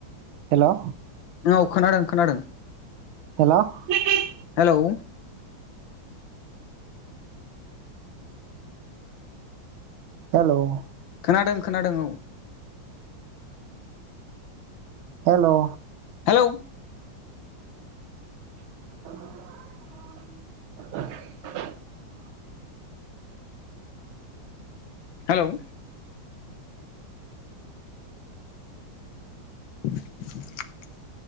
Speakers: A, on the right (about 80°); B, on the left (about 75°).
A: हेल'
B: औ खोनादों-खोनादों।
A: हेल' <inaudible>
B: औ
A: हेल'।
B: खोनादों-खोनादों औ।
A: हेल'
B: औ।
A: <inaudible>
B: हेल' <inaudible>